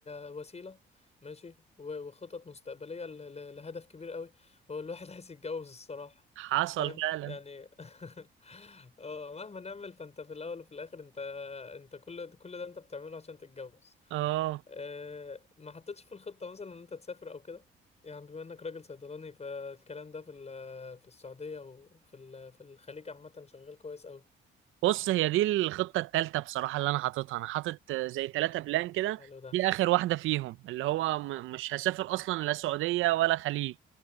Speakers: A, on the left; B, on the right.
A: هي وسيلة ماشي و- وخطط مستقبلية ل- ل- لهدف كبير قوي هو الواحد <laughs> عايز يتجوز الصراحة
B: حصل
A: فاهم
B: فعلا
A: يعني <laughs> آه، مهما نعمل فانت في الاول وفي الاخر انت انت كل كل ده انت بتعمله عشان تتجوز
B: اه
A: آه، ما حطيتش في الخطة مثلا ان انت تسافر او كده يعني بما انك راجل صيدلاني فالكلام ده في ال- في السعودية وفي ال- في الخليج عامة شغال كويس قوي
B: بص هي دي الخطة التالتة بصراحة اللي أنا حاططها أنا حاطط زي تلاتة بلان كده
A: حلو ده
B: دي آخر واحدة فيهم اللي هو م- مش هسافر أصلا لا سعودية ولا خليج